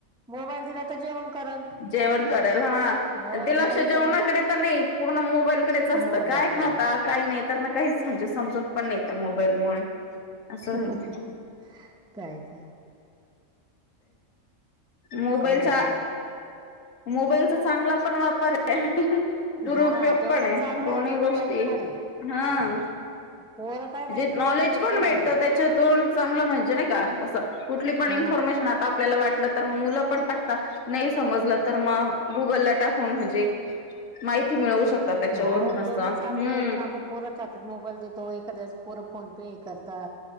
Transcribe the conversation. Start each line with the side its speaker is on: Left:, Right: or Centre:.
Centre: मोबाईल दिला तर जेवण करल
Left: जेवण कराल हा
Centre: ह
Left: ते लक्ष
Centre: नाही
Left: जेवणाकडे
Centre: तर मग
Left: तर नाही पूर्ण मोबाईलकडेच असतं
Centre: मोबाईल
Left: काय
Centre: कडे
Left: खाता काही नाही त्यांना काही <unintelligible> समजत पण नाही मोबाईलमुळे असं
Centre: ह्ह्ह्ह
Left: झालं
Centre: कायत
Left: मोबाईलचा-
Centre: म्हणता
Left: मोबाईलचा चांगला पण वापर- ह्ह्ह म्हणजे दुरुपयोग
Centre: हा जेवढं
Left: पण आहे
Centre: चांगलं
Left: दोन्ही
Centre: तेवढं
Left: गोष्टी
Centre: वाईट
Left: य
Centre: पण आहे
Left: ह
Centre: पोरं काय वाईट
Left: मन्जे नॉलेज
Centre: गोष्टी पटकन
Left: पण भेटत
Centre: घेतात
Left: त्याच्यातून चांगलं म्हणजे नाही का असं कुठली पण
Centre: हा
Left: इन्फॉर्मेशन आता आपल्याला वाटलं तर मग मुल पण टाक नाही समजला तर मग गुगल ला टाकून म्हणजे- माहिती मिळवू शकता त्याच्यावरून
Centre: हा
Left: असं
Centre: जेवढं चांगलंय
Left: हम्म
Centre: पण आपण पोरांच्या हातात मोबाईल देतो एखाद्यास पोर- फोन पे करता